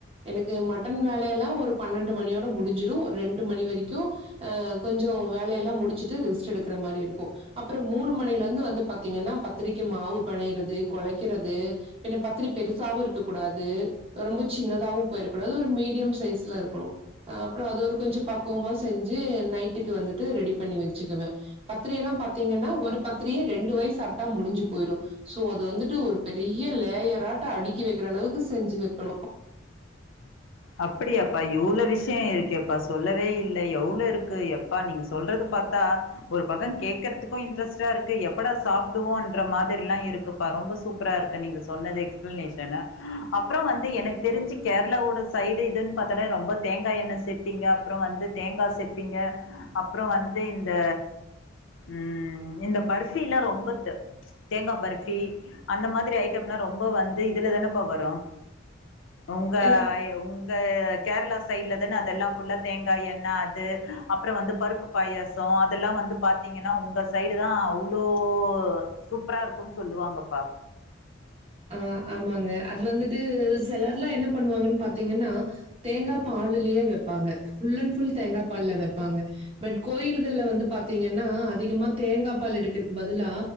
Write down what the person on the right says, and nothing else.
எனக்கு மட்டன் வேலைய எல்லா ஒரு பன்னெண்டு மணியோட முடிஞ்சிடு ஒரு ரெண்டு மணி வரைக்கு அ கொஞ்ச வேலைய எல்லா முடிச்சுட்டு ரெஸ்ட் எடுக்கிற மாரி இருக்கு அப்புறம் மூணு மணில இருந்து வந்து பாத்தீங்கன்னா பத்திரிக்கு மாவு பணையறது குலைக்கிறது பன பத்திரி பெருசாவும் இருக்க கூடாது ரொம்ப சின்னதாவவு போயிருக்கூடா அது ஒரு மீடியம் சைஸ்ல இருக்கணு ஆ அப்புறம் அது ஒரு கொஞ்ச பக்குவமா செஞ்சு நைட்டுக்கு வந்துட்டு ரெடி பண்ணி வச்சுக்குவே பத்திர எல்லா பாார்த்தீங்கன்னா ஒரு பத்திரியே ரெண்டு வயு சாப்பிட்டா முடிஞ்சு போயிடும் சோ அது வந்துட்டு ஒரு பெரிய லேயராட்ட அடுக்கி வைக்கிற அளவுக்கு செஞ்சுவே கண
இல்ல
ஆ ஆமாங்க அது வந்துட்டு சிலர் எல்லா என்ன பண்ணுவாங்கன்னு பாத்தீங்கன்னா தேங்காய் பாலுலயே வைப்பாங்க ஃபுல் அண்ட் ஃபுல் தேங்காய் பால்ல வைப்பாங்க பட் கோயில்கள்ல வந்து பாத்தீங்கன்னா அதிகமா தேங்காய் பால் எடுக்கிறதுக்கு பதிலா